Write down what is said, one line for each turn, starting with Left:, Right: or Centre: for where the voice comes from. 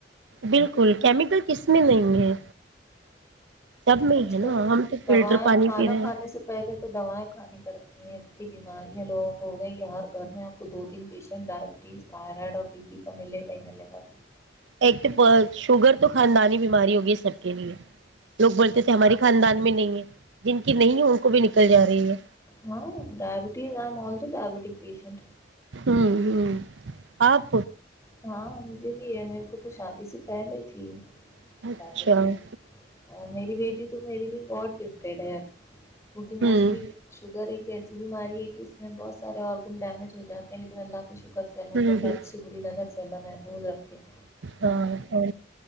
Right: بالکل کیمیکل کس میں نہیں ہے سب میں ہی
Left: آج
Right: ہے نا
Left: کل
Right: ہم تو
Left: دوائیں
Right: فلٹر پانی
Left: کھانا
Right: پی رہے ہیں
Left: کھانے سے پہلے تو دوائیں کھانی پڑتی ہیں انی بیماریاں لوگوں کو ہو گئیں کہ ہر گھر میں آپ کو دو تین پیشنٹ ڈائبٹیز تھائرائڈ اور بی پی کا ملے گا ہی ملے گا
Right: ایک تو شگگر تو خاندانی بیماری ہوگی سب کے لیے لوگ بولتے تھے ہماراری خاندان میں نہیں ہے جن کی نہیں ہے ان کو بھی نکل جا رہی ہے
Left: ہاں ڈائبٹیز آ تو ڈائبٹیک پیشنٹ
Right: ہوں ہ آپ
Left: ہاں مجھے بھی یہ میرے کو تو شادی سے پہلے تھی
Right: اچھا
Left: بھی چیز
Right: ہوں
Left: اور میری بیٹی <inaudible> تو میرے لیے گاڈ گفٹیڈ ہے کیکہ
Right: ہوں
Left: موسٹلی شوگر ایک ای اسی بیماری ہے کہ اس میں بہت سارے آرگن ڈیمیج ہو جے ہیں لیکن اللہ شکر سحمدلہ
Right: ہوں ہوں
Left: اچھی بری نظر خ رکھے <inaudible>
Right: ہاں